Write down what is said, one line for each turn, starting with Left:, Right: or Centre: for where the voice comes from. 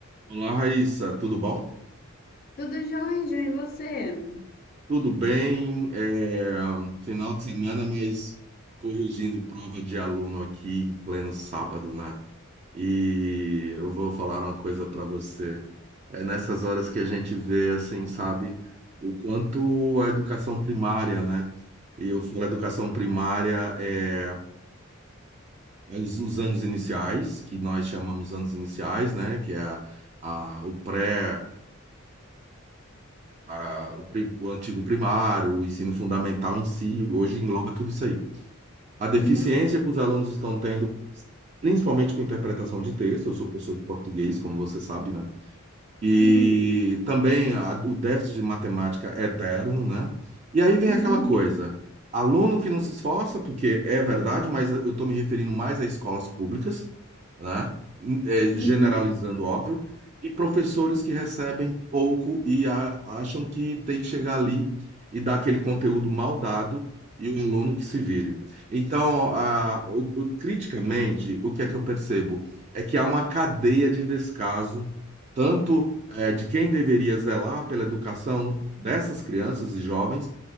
Right: Olá, Raíssa, tudo bom?
Left: Tudo jóia, João, e você?
Right: Tudo bem, é, final de semana, mas corrigindo prova de aluno aqui em pleno sábado, né? E eu vou falar uma coisa para você. É nessas horas que a gente vê, assim, sabe, o quanto a educação primária, né? E eu falo educação primária, é, é os, os anos iniciais, que nós chamamos anos iniciais, né? Que é a, a- o pré, a- o, pri- o antigo primário, o ensino fundamental em si, hoje engloba tudo isso aí. A deficiência
Left: Uhum,
Right: que os alunos estão tendo, principalmente com interpretação de texto, eu sou professor de português, como você sabe, né? E
Left: sim.
Right: também a- o déficit de matemática é eterno, né? E aí vem
Left: <laughs>
Right: aquela coisa, aluno que não se esforça, porque é verdade, mas eu estou me referindo mais a escolas públicas, né? É,
Left: Uhum.
Right: generalizando, óbvio, e professores que recebem pouco e a- acham que tem que chegar ali e dar aquele conteúdo mal dado e o aluno que se vire. Então, a- o- o- criticamente, o que é que eu percebo? É que há uma cadeia de descaso tanto eh, de quem deveria zelar pela educação dessas crianças e jovens,